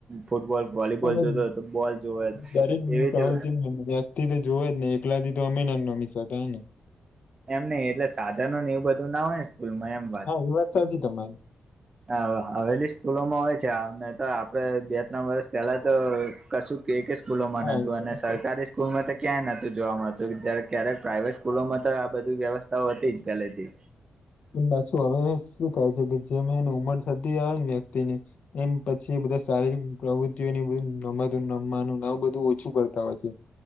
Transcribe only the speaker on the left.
પણ
દરેક હું
કહ છ એમ વ્યક્તિ થી તો જોવ જ ને એકલા થી તો અમે ના ન મીસા હતા ને
હા એ વાત સાજી તમારી
હા
એ તો
વાત
સાચી.
એ પાછું હવે શું થાય છે કે જેમ એને ઉંમર થતી આવે ને વ્યક્તિની એમ પછી બધા શારીરિક પ્રવૃત્તિઓને બધું રમતો રમવાનું બધું ઓછું કરતા હોય છે